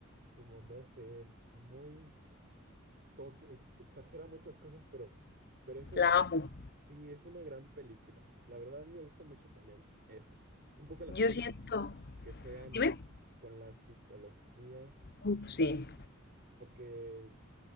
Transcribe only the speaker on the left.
la amo.
Yo
siento...
Dime.
Uf, sí.